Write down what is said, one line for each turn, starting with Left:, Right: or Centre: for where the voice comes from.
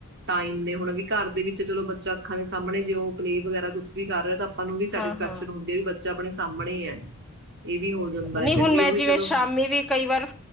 Right: ਟਾਈਮ ਨੇ, ਹੁਣ ਵੀ ਘਰ ਦੇ ਵਿੱਚ ਚਲੋ ਬੱਚਾ ਅੱਖਾਂ ਦੇ ਸਾਹਮਣੇ ਜੇ ਉਹ ਪਲੇ ਵਗੈਰਾ ਕੁੱਛ ਵੀ ਕਰ ਰਿਹਾ ਤਾਂ ਸਾਨੂੰ ਵੀ ਸੈਟਿਸਫੈਕਸ਼ਨ
Centre: ਹਾਂ ਹਾਂ
Right: ਹੁੰਦੀ ਹੈ ਕੇ ਬ ਚਾ ਆਪਣੇ ਸਾਹਮਣੇ ਹੈ। ਇਹ ਵੀ ਹੋ ਜਾਂਦਾ
Centre: ਨਹੀਂ
Right: ਹੈ ਫਿਰ
Centre: ਹੁਣ
Right: ਵੀ
Centre: ਮੈਂ
Right: ਉਹੀ
Centre: ਜਿਵੇਂ
Right: ਚਲੋ
Centre: ਸ਼ਾਮੀ ਵੀ ਕਈ ਵਾਰ